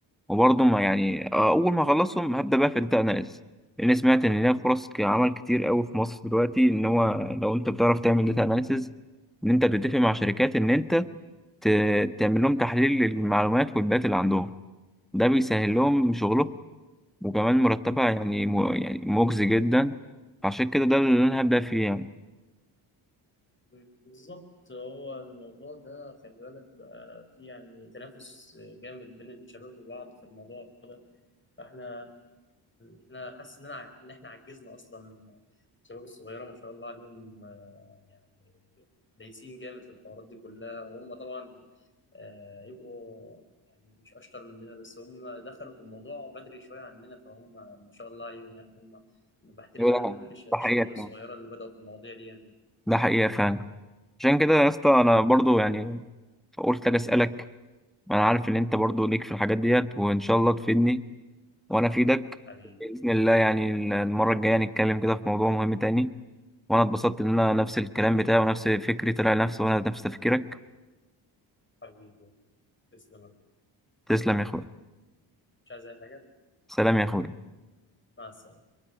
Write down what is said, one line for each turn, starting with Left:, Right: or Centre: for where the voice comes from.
Centre: وبرضه ما يعني آه، أول ما أخلصهم هبدأ بقى في الداتا أناليز لأن سمعت إن ليها فرص ك- عمل كتير أوي في مصر دلوقتي إن هو لو أنت بتعرف تعمل داتا أناليسز إن أنت بتتفق مع شركات إن أنت ت- تعمل لهم تحليل للمعلومات والبيانات اللي عندهم ده بيسهل لهم شغلهم وكمان مرتبها يعني م... يعني مجزي جدا عشان كده ده اللي أنا هبدأ فيه يعني
Left: مم. بالظبط هو الموضوع ده خلي بالك بقى في يعني تنافس جامد بين الشباب وبعض في الموضوع ده فاحنا احنا حاسس ان انا ان احنا عجزنا اصلا الشباب الصغيره ما شاء الله عليهم آه، يعني دايسين جامد في الحوارات دي كلها وهم طبعا آه، يبقوا يعني مش اشطر مننا بس هم دخلوا في الموضوع بدري شويه عننا فهم ما شاء الله عليهم يعني هم بحترم
Centre: هو
Left: انا
Centre: ده
Left: كل ش- الشباب
Centre: ده حقيقة
Left: الصغيره
Centre: فعلا
Left: اللي بداوا في المواضيع دي يعني
Centre: ده حقيقة فعلا عشان كده يا اسطى أنا برضو يعني قلت أجي أسألك أنا عارف إن أنت برضو ليك في الحاجات ديت وإن شاء الله تفيدني وأنا أفيدك
Left: حبيبي
Centre: بإذن الله يعني المرة الجاية نتكلم كده في موضوع مهم تاني وأنا اتبسطت إن أنا نفس الكلام بتاعي ونفس فكري طلع نفسي وأنا نفس تفكيرك
Left: حبيبي تسلم
Centre: تسلم يا أخويا
Left: مش عايز اي حاجه
Centre: سلام يا أخويا
Left: مع السلامه